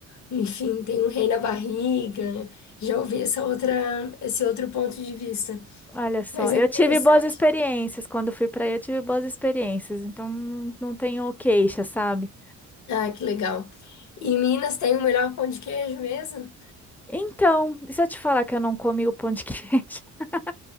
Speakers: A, on the left (about 65°); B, in the centre.
A: enfim, tem um rei na barriga. né? Já ouvi essa outra, esse outro ponto de vista.
B: Olha só,
A: Mas
B: eu
A: é interessante,
B: tive boas experiências.
A: né?
B: Quando fui pra aí, eu tive boas experiências. Então, não não tenho queixa, sabe?
A: Ah, que legal. E em Minas tem o melhor pão de queijo mesmo?
B: Então, e se eu te falar que eu não comi o pão de queijo? <laughs>